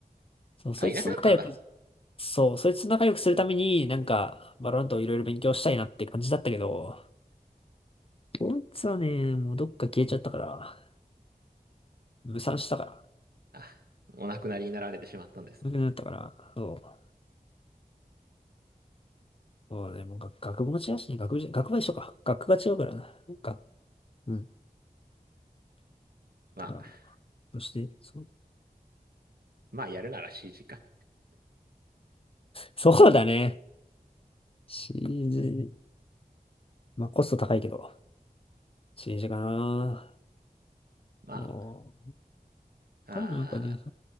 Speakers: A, on the left; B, on the right.
A: そう、
B: あ、
A: そいつと仲良く、
B: いなくなったんだ。
A: そう、そいつと仲良くするために、なんか、バロラントをいろいろ勉強したいなって感じだったけど、こいつはね、もうどっか消えちゃったから、無賛したから、
B: あ、お亡くなりになられてしまったんですね。
A: 無くなったから、そう。そうね、もう学学部も違うしね、学部じゃ、学部は一緒か。学科が違うからな。なんか、うん。
B: まあ、
A: だからそして、そ、
B: まあ、やるなら CG か。
A: そうだね。CG、まあコスト高いけど、CG かな。
B: ま
A: おー、
B: あ、
A: 他にもなんかね、
B: あー